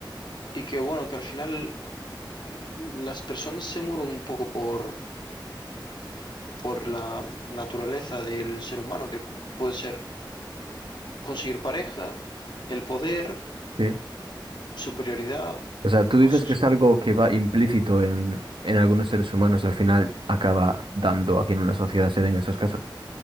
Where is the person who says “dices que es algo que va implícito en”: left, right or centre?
Right